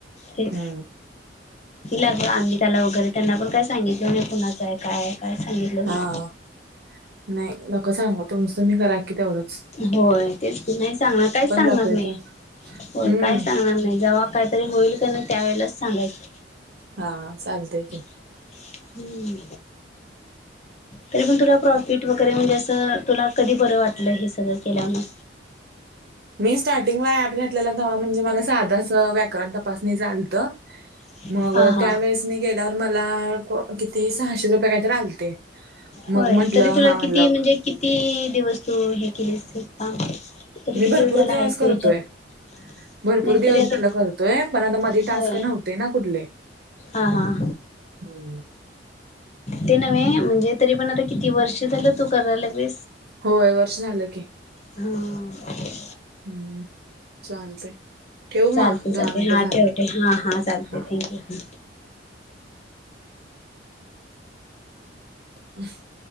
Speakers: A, on the left; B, on the right.
A: तेच.
B: हं.
A: तिला ग अमिताला वगैरे त्यांना पण काय? सांगितलं नाही कुणाचं? आहे काय? काय सांगितलं नाही.
B: हां. नाही नका सांगू? तुमच तुम्ही करा की तेवढच.
A: होय तेच की‌ नाही सांगणार, काहीच सांगणार
B: जातोय
A: नाही.
B: त्यात.
A: होय
B: हं.
A: काय सांगणार नाही जेव्हा, काहीतरी होईल का नाही त्यावेेळेलाच सांगायचं.
B: हां.. चालतंय की,
A: हमं. तरी पण तुला प्रॉफिट वगैरे म्हणजे, असं तुला कधी बरं वाटलं हे सगळं केल्यामुळं.
B: मी स्टार्टिंगला ऍप घेतलेला तवा, म्हणजे मला साधंच असं व्याकरण तपासणीच आलतं.
A: <unintelligible>
B: मग
A: हा
B: त्यावेेळेस मी गेल्यावर मला किती सहाशे रुपये. काहीतरी आलते मग,
A: होय
B: म्हंटलं
A: तरी तुला
B: हा म्हणलं.
A: किती म्हणजे किती दिवस तू हे, केलेस हे. काम तरी
B: मी
A: किती
B: भरपूर
A: झाला
B: दिवस
A: आहेस तू
B: करतोय.
A: ह्याच्यात
B: भरपूर
A: नाहीतरी
B: दिवस
A: आता
B: झालं करतोय, पण आता मध्ये
A: होय
B: टास्क नव्हते ना कुठले.
A: हा हां..
B: <unintelligible>
A: ते नव्हे म्हणजे तरी पण, आता किती वर्ष. ते झालं तू करा लागलीस,
B: होय, वर्ष झालं
A: व्हय हां..
B: हम्म चालते. ठेवू
A: चालते
B: मग
A: चालते
B: दहा मिनिटं
A: हा
B: झालं
A: ठेवते हा चालते
B: हा.
A: थँक्यू
B: <unintelligible>